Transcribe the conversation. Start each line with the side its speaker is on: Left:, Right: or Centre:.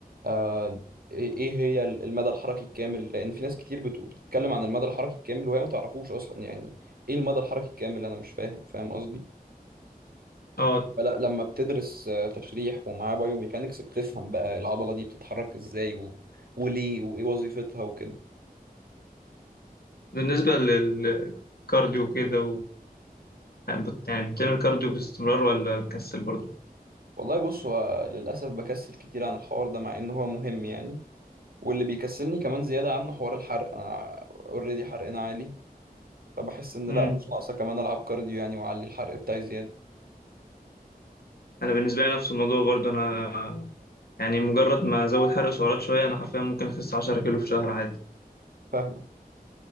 Right: آه، ايه إيه هي ال- المدى الحركي الكامل لأن في ناس كتير بت- بتتكلم عن المدى الحركي الكامل وهي ما تعرفوش أصلا يعني ايه المدى الحركي الكامل أنا مش فاهم فاهم قصدي
Left: اه
Right: فلا لما بتدرس آه، تشريح ومعاه بايوميكانكس بتفهم بقى العضلة دي بتتحرك ازاي و... وليه وايه وظيفتها وكده
Left: بالنسبه للكارديو كده يعني بت- يعني بتعمل كارديو باستمرار ولا كسل برضه
Right: والله بص هو للأسف بكسل كتير عن الحوار ده مع إن هو مهم يعني واللي بيكسلني كمان زيادة عنه حوار الحرق أنا أوريدي حرقنا عالي فبحس إن
Left: امم
Right: لأ مش ناقصة كمان ألعب كارديو يعني وأعلي الحرق بتاعي زيادة
Left: انا بالنسبه لي نفس الموضوع برضه انا يعني مجرد ما ازود حرق سعرات شويه انا حرفيا ممكن اخس 10 كيلو في شهر عادي
Right: فاهمك